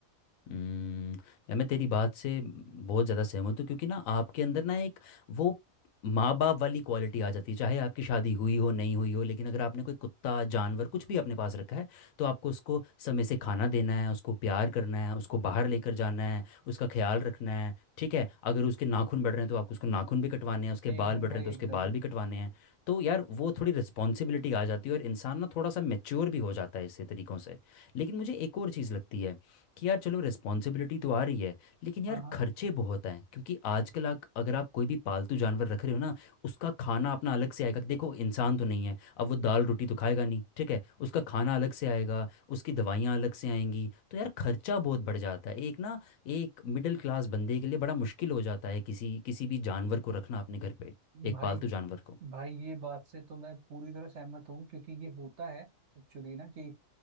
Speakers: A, on the left (about 80°); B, on the right (about 60°).
A: हम्म यार मैं तेरी बात से बहुत ज़्यादा सहमत हूँ क्योंकि ना आपके अंदर ना एक वो माँ बाप वाली क्वालिटी आ जाती है चाहे आपकी शादी हुई हो नहीं हुई हो लेकिन अगर आपने कोई कुत्ता जानवर कुछ भी अपने पास रखा है तो आपको उसको समय से खाना देना है उसको प्यार करना है उसको बाहर लेकर जाना है उसका ख्याल रखना है ठीक है अगर उसके नाखून बढ़ रहे हैं तो आपको उसको नाखून भी कटवाने हैं उसके
B: एकदम
A: बाल बढ़
B: भाई
A: रहे हैं तो उसके
B: एकदम
A: बाल भी कटवाने हैं तो यार वो थोड़ी रिस्पॉन्सिबिलिटी आ जाती है और इंसान ना थोड़ा सा मेच्योर भी हो जाता है इससे तरीक़ों से लेकिन मुझे एक और चीज़ लगती है कि यार चलो रिस्पॉन्सिबिलिटी तो आ रही है लेकिन यार
B: हाँ हाँ
A: खर्चे बहुत हैं क्योंकि आजकल आप अगर आप कोई भी पालतू जानवर रख रहे हो ना उसका खाना अपना अलग से आएगा देखो इंसान तो नहीं है अब वो दाल रोटी तो खाएगा नहीं ठीक है उसका खाना अलग से आएगा उसकी दवाइयाँ अलग से आएंगी तो यार खर्चा बहुत बढ़ जाता है एक ना एक मिडिल क्लास बंदे के लिए बड़ा मुश्किल हो जाता है किसी किसी भी जानवर को रखना अपने घर पे एक
B: भाई
A: पालतू जानवर को
B: भाई ये बात से तो मैं पूरी तरह सहमत हूँ क्योंकि ये होता है एक्चुअली ना कि